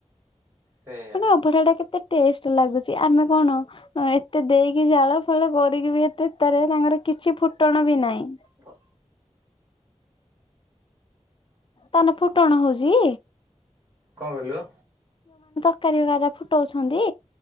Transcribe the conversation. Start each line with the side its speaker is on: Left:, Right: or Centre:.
Right: ସେଇଆ।
Left: ମାନେ ଅଭଡ଼ାଟା କେତ୍ ଟେଷ୍ଟ ଲାଗୁଛି। ଆମେ କଣ ଏତେ ଦେଇକି ଜାଳ ଫାଳ କରିକିବି ଏତେ ତାର ତାଙ୍କର କିଛି ଫୁଟଣ ବି ନାଇଁ।
Right: ହଁ
Left: ତାନେ ଫୁଟଣ ହଉଚି?
Right: କଁ କହିଲୁ?
Left: <unintelligible> ଫୁଟଉଛନ୍ତି?